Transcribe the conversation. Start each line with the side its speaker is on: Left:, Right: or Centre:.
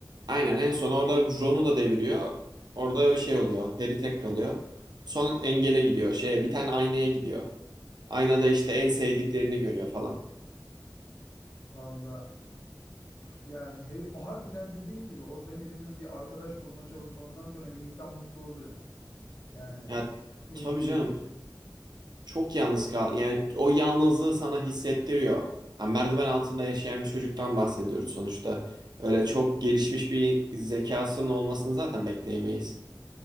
Right: Aynen en son orada Jon'u da deviriyor. Orada bir şey oluyor. Harry tek kalıyor. Son engele gidiyor. Şeye bir tane aynaya gidiyor. Aynada işte en sevdiklerini görüyor falan.
Left: Valla yani Harry- harbiden dediğin gibi orada Harry'nin bir arkadaş bulma çabası ondan sonra bir insan mutlu oluyor. Yani
Right: Ya
Left: ilk
Right: tabii
Left: film
Right: canım
Left: için
Right: çok yalnız kal. Yani o yalnızlığı sana hissettiriyor. Ha, merdiven altında yaşayan bir çocuktan bahsediyoruz sonuçta. Öyle çok gelişmiş bir zekasının olmasını zaten bekleyemeyiz.